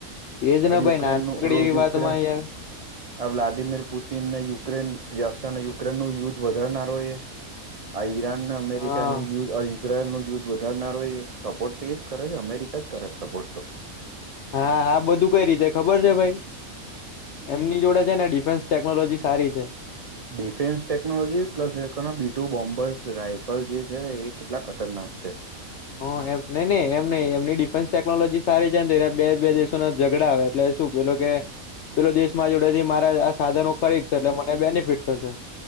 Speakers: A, on the left (about 60°); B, on the right (about 65°).
A: એજ
B: આ
A: ને
B: યુક્રેનનું
A: ભાઈ નાનકડી
B: રો
A: એવી
B: યુક્રેન
A: વાતમાં યાર
B: આ વ્લાદિમીર પુતિન ને યુક્રેન રશિયાને યુક્રેન ન યુદ્ધ વધારનારો એ આ ઈરાન અમેરિકાનું
A: હા
B: યુ ઈઝરાયલ નું યુદ્ધ વધારનારરો એ સપોર્ટ તો એ જ કરે છે અમેરિકા જ કરે છે સપોર્ટ તો
A: હા આ બધું કઈ રીતે ખબર છે ભાઈ એમની જોડે છે ને ડિફેન્સ ટેકનોલોજી સારી છે
B: ડિફેન્સ ટેકનોલોજી પ્લસ એ બી ટુ બોમ્બર્સ રાાયફલ જે છે એ કેટલા ખતરનાક છે
A: હ એમ નઈ નઈ એમહઈ એમની ડિફેન્સ ટેકનોલોજી સારી છે બે દેશો ના ઝઘડા આવે એટલે શું પેલો કે પેલો દેશમાં જોડે થી મારા આ સાધનો ખરીદશે એટલે મને બેનિફિટ થશે